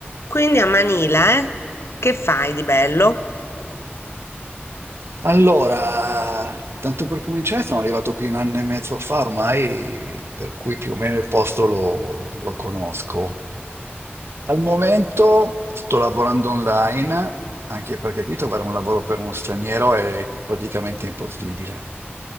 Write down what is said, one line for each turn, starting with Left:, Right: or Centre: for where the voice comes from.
Left: Quindi a Manila, eh? Che fai di bello?
Right: Allora, tanto per cominciare, sono arrivato qui un anno e mezzo fa ormai, per cui più o meno il posto lo, lo conosco. Al momento sto lavorando online, anche perché qui trovare un lavoro per uno straniero è praticamente impossibile.